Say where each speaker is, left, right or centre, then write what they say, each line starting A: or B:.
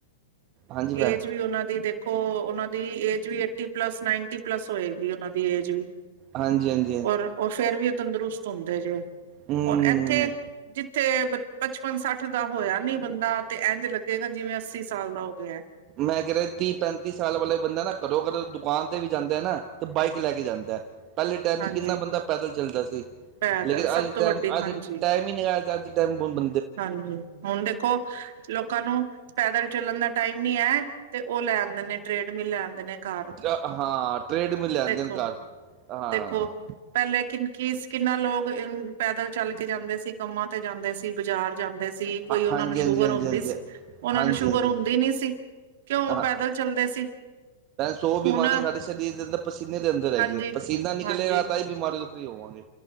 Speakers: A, on the right (about 40°); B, on the right (about 65°).
A: ਹਾਂਜੀ ਭੈਣ
B: ਏਜ ਵੀ ਉਹਨਾਂ ਦੀ ਦੇ ਦੇਖੋ ਉਹਨਾਂ ਦੀ ਏਜ ਵੀ ਏਟੀ ਪਲੱਸ ਨਾਈਨਟੀ ਪਲੱਸ ਹੋਏ ਗਈ ਉਹਨਾਂ ਦੀ ਏਜ ਵੀ
A: ਹਾਂਜੀ-ਹਾਂਜ
B: ਔਰ ਉਹ ਫੇਰ ਵੀ ਉਹ ਤੰਦਰੁਸਤ ਹੁੰਦੇ ਜੇ
A: ਹੂੰ
B: ਔਰ ਇੱਥੇ ਜਿੱਥੇ ਪਚਪਨ ਸੱਠ ਦਾ ਹੋਇਆ ਨੀ ਬੰਦਾ ਤੇ ਐੰਜ ਲੱਗੇਗਾ ਜਿਵੇਂ ਅੱਸੀ ਸਾਲ ਦਾ ਹੋ ਗਿਆ
A: ਮੈਂ ਕਹਿ ਰਾ ਤੀਹ ਪੈਂਤੀ ਸਾਲ ਵਾਲੇ ਬੰਦਾ ਨਾ ਕਦੋ ਅਗਰ ਦੁਕਾਨ ਤੇ ਵੀ ਜਾਂਦਾ ਹੈ ਨਾ ਤੇ ਬਾਈਕ ਲੈ ਕੇ ਜਾਂਦਾ ਪਹਿਲੇ ਟਾਈਮ
B: ਹਾਂਜੀ
A: ਕਿੰਨਾ ਬੰਦਾ ਪੈਦਲ ਚੱਲਦਾ ਸੀ
B: ਪੈਦਲ
A: ਲੇਕਿਨ
B: ਸਭ
A: ਅੱਜ
B: ਤੋਂ
A: ਟਾਈਮ
B: ਵੱਡੀ
A: ਅੱਜ
B: ਹਾਂਜੀ
A: ਟਾਈਮ ਨੱਗਾ ਅੱਜ ਟਾਈਮ ਬ ਬ
B: ਹਾਂਜੀ। ਹੁਣ ਦੇਖੋ ਲੋਕਾਂ ਨੂੰ ਪੈਦਲ ਚੱਲਣ ਦਾ ਟਾਈਮ ਨੀ ਹੈ ਤੇ ਉਹ ਲੈ ਆਉਂਦੇ ਨੇ ਟ੍ਰੇਡ ਮਿਲ ਲੈ ਆਂਦੇ ਨੇ। ਘਰ
A: ਕਿਆ ਹਾਂ ਟ੍ਰੈਡ ਮਿਲ ਲਿਆਂਦੇ
B: ਦੇਖੋ
A: ਨੇ ਘਰ। ਹਾਂ
B: ਦੇਖੋ ਪਹਿਲੇ ਕਿਨ ਕੀ ਸੀ ਕਿੰਨਾ ਲੋਕ ਪੈਦਲ ਚੱਲ ਕੇ ਜਾਂਦੇ ਸੀ। ਕੰਮਾਂ ਤੇ ਜਾਂਦੇ ਸੀ। ਕਿ ਬਾਜ਼ਾਰ ਜਾਂਦੇ ਸੀ। ਕੋਈ ਉਹਨਾ
A: ਹਾਂਜੀ
B: ਨੂੰ ਸ਼ੂਗਰ
A: ਹਾਂਜੀ ਹਾਂਜੀ
B: ਹੁੰਦੀ
A: ਹਾਂਜੀ
B: ਸੀ। ਉਹਨਾ
A: ਹਾਂਜੀ
B: ਨੂੰ ਸ਼ੂਗਰ
A: ਹਾਂਜੀ
B: ਹੁੰਦੀ ਨੀ ਸੀ। ਕਿਉ
A: ਹਾਂ
B: ਪੈਦਲ ਚੱਲਦੇ ਸੀ।
A: ਸੌ ਬਿਮਾਰੀਆਂ
B: ਹੁਣ
A: ਸਾਡੇ ਸਰੀਰ ਦੇ ਅੰਦਰ ਪਸੀਨੇ ਦੇ ਅੰਦਰ
B: ਹਾਂਜੀ
A: ਹੈਗੀਆਂ ਪਸੀਨਾ ਕੱਲ
B: ਹਾਂਜੀ
A: ਤਾਂ ਹੀ ਬਿਮਾਰੀ ਤੋਂ ਫਰੀ ਹੋਵਾਂਗੇ।